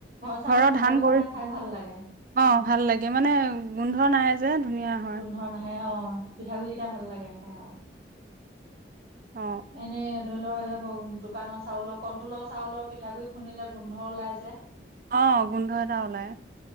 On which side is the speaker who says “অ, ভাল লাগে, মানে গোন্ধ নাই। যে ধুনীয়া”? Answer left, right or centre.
Right